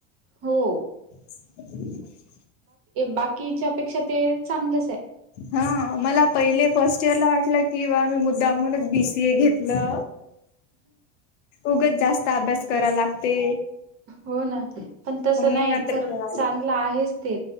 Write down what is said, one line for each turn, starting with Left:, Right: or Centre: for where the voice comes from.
Right: हो.
Left: <unintelligible>
Right: बाकीच्या पेक्षा ते चांगलंच आहे.
Left: हा मला पहिले फर्स्ट इयर ला वाटलं की बा मी मुद्दामूनच बीसीए घेतलं. उगच जास्त अभ्यास करा लागते.
Right: हो ना पण तसं
Left: मग मग
Right: नाही
Left: नंतर
Right: खर
Left: कळालं
Right: चांगलं आहेच ते.